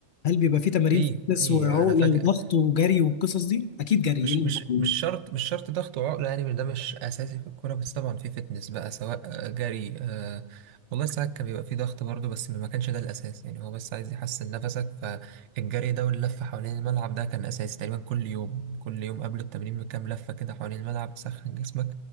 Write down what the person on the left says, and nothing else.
هل بيبقى في تمارين
فتنس
وعقله
وضغط وجري والقصص دي اكيد جري
ايه اللي
موجود؟